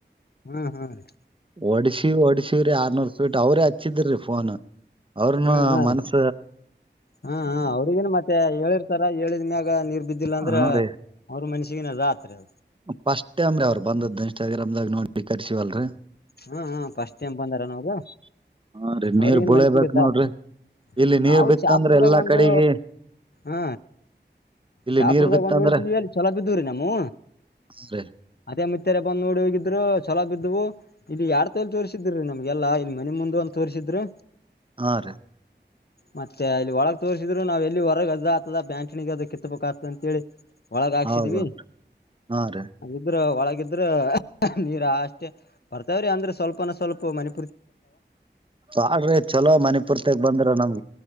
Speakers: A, on the left; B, on the right.
A: ಹಾ ಹಾ ರೀ
B: ಒಡ್ಶಿ ಓಡಿಶಿ ಶ್ರರಿ ಆರ್ನೂರ್ ಸ್ಪೀಟ್ ಅವ್ರೇ ಹಚ್ಚಿದ್ರಿ ಫೋನ್ ಅವ್ರನ್ನ
A: ಹಾ ಹಾ
B: ಮನಸ
A: ರೀ ಹಾ ಅವ್ರಿಗೇನು ಮತ್ತೆ ಹೇಳಿರ್ತಾರ ಹೇಳಿ ಇದ್ಮ್ಯಾಗ್ ಗ ನೀರ್ ಬಿದ್ದಿಲ್ಲ ಅಂದ್ರೆ
B: ಹಾ ರೀ
A: ಅವ್ರ ಮಷ <unintelligible>
B: ಫಸ್ಟ್ ಟೈಮ್ರಿರಿ ಅವ್ರರು ಬಂದದ್ದು ಇನ್ಸ್ಟಾಗ್ರಾಮ್ ನೋಡಿ ಕರ್ಸಿವಲ್ರರಿ
A: ಹಾ ಹ ಫಸ್ಟ್ ಟೈಮ್ ಬಂದಾರನವರು
B: ಹಾ ರೀ
A: ಅವ್ರಗೇನ್
B: ನೀರ್ ಬೀಳಬೇಕ್
A: ಮನಸ್ಸಿಗೆ ಇದ
B: ನೋಡ್ರಿ
A: ಆಗ್ತದ
B: ಇಲ್ಲಿ ನೀರ್
A: ನಾವು
B: ಬಿತ್ತಂದ್ರ
A: ಶಾಪುರದಾಗ
B: ಎಲ್ಲಾ
A: ಒಂದು
B: ಕಡಿಗಿ
A: ಹ
B: ಇಲ್ಲಿ
A: ಶಾಪುರದಾಗ
B: ನೀರ್ ಬಿತ್ತಂದ್ರ
A: ಒಂದು ಉಳಿತಿದೀವಿ ಅಲ್ಲಿ ಚಲೋ ಬಿದ್ದುದರೀ ನಮ್ಮೂ
B: ಹಾ ರೀ
A: ಅದೇ ಮುತ್ತಾರೆ ಬಂದು ನೋಡಿ ಹೋಗಿದ್ರು ಹೊಲ ಬಿದ್ದವು ಇಲ್ಲಿ ಯಾರ್ ತೋಲಿ ತೋರಿಸಿದ್ರಿ ನಮಗ ಎಲ್ಲಾ ಇಲ್ಲಿ ಮನೆ ಮುಂದ ಒಂದ ತೋರಿಸಿದ್ರು.
B: ಆ ರಿ
A: ಮತ್ತೆ ಇಲ್ಲಿ ಒಳಗ್ ತೋರ್ರಿಸಿದ್ರು ನಾವ್ ಎಲ್ಲಿ ಹೊರಗ ಅಜ ಆತದ ಬ್ಯಾಂಕನಗ ಅದ ಕಿತ್ತಬೇಕಾತದ ಅಂತೇಳಿ, ಒಳಗ ಹಾಕ್ಸಿದ್ವಿ
B: ಹೌದೌದ್ ಹಾ ರೀ
A: ಇದ್ರ ಒಳಗ ಗಿದ್ರ ನೀರ ಹಾಷ್ಟಿ ಬರ್ತವ್ರೀ ಅಂದ್ರ ಸ್ವಲ್ಪನ್ ಸ್ವಲ್ಪ ಮನಿ
B: ಪಾಡ್ರಿ ಚಲೋ ಮನೆ ಪೂರ್ತೆಕ. ಬಂದ್ರ ನಮ್,